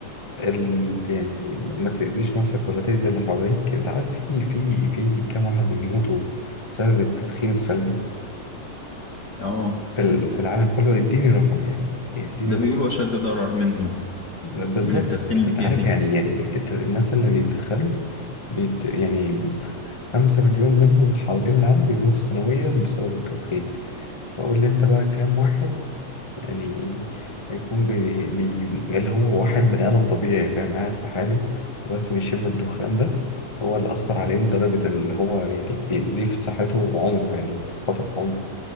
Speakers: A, on the left; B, on the left.
A: ال... يعني ما تأذيش نفسك ولا تأذي اللي حواليك أنت عارف في في في كام واحد بيموتوا بسبب التدخين السلبي
B: آه
A: في ال- في العالم كله اديني رقم يعني اديني
B: ده
A: رقم
B: بيقولوا أشد ضرر منه
A: بالظبط
B: من التدخين
A: انت
B: الإيجابي
A: عارف يعني يعني الت- الناس اللي بيتدخلوا بيت يعني خمسة مليون منهم حوالين العالم بيموتوا سنويا بسبب التدخين فقول لي انت بقى كام واحد يعني هيكون بي بي اللي هو واحد بني آدم طبيعي فاهم قاعد في حاله وبس بيشم الدخان ده هو اللي أثر عليه لدرجة اللي هو يعني بيأذيه في صحته وعمره يعني خطف عمره